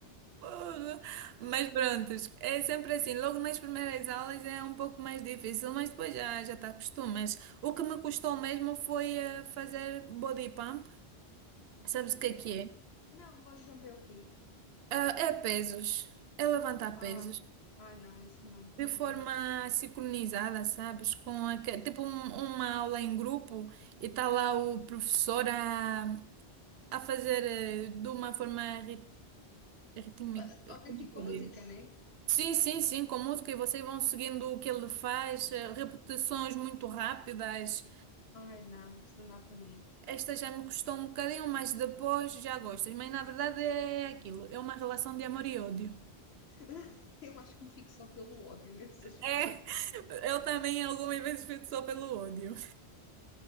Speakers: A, on the right; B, on the left.
A: Porra. Mas pronto, é sempre assim. Logo nas primeiras aulas é um pouco mais difícil, mas depois já já te acostumas. O que me custou mesmo foi eh, fazer body pump.
B: isso.
A: Sabes
B: E
A: o que é que
B: é-
A: é?
B: Não, bodybump é o quê?
A: Ah, é pesos, é levantar
B: Ai,
A: pesos
B: ai não, isso não, que
A: de
B: horror.
A: forma sincronizada, sabes? Com aque- tipo um- uma aula em grupo e está lá o professor a, a fazer eh, de uma forma rit, ritmi-
B: Ah, Ok,
A: como
B: tipo
A: é que
B: com
A: eu
B: música,
A: digo?
B: né?
A: Sim, sim, sim, com música e vocês vão seguindo o que ele faz, eh, repetições muito rápidas.
B: Ai não, isso não dá para mim.
A: Esta já me custou um bocadinho, mas depois já gostas. Mas na verdade é aquilo, é uma relação de amor e ódio.
B: <laughs> Eu acho que me fico só pelo ódio nesse
A: É, <laughs> eu também algumas vezes fico só pelo ódio.